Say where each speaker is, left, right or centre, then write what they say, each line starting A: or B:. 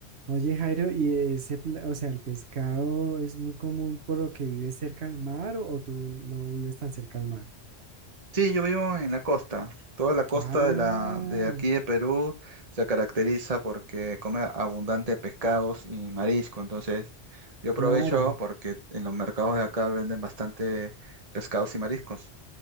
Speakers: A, on the right; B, on the right.
A: Oye, Jairo, ¿y ese, pla- o sea, el pescado es muy común por lo que vives cerca al mar o o tú no vives tan cerca al mar?
B: Sí, yo vivo en la costa. Toda la costa
A: Ah,
B: de la de aquí de Perú se caracteriza porque come abundante pescados y marisco. Entonces, yo aprovecho
A: claro.
B: porque en los mercados de acá venden bastante pescados y mariscos.